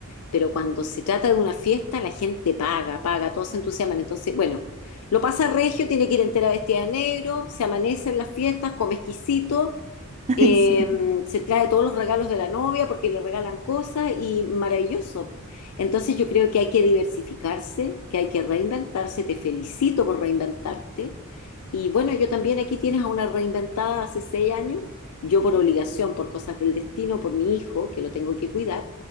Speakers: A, on the left (about 80°); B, on the right (about 30°).
A: pero cuando se trata de una fiesta, la gente paga, paga, todos se entusiasman. Entonces, bueno, lo pasa regio, tiene que ir entera vestida de negro, se amanece en las fiestas, come exquisito
B: <laughs>
A: eh,
B: Ay, sí.
A: se trae todos los regalos de la novia porque le regalan cosas y maravilloso. Entonces yo creo que hay que diversificarse, que hay que reinventarse. Te felicito por reinventarte. Y bueno, yo también aquí tienes a una reinventada hace seis años, yo por obligación, por cosas del destino, por mi hijo, que lo tengo que cuidar,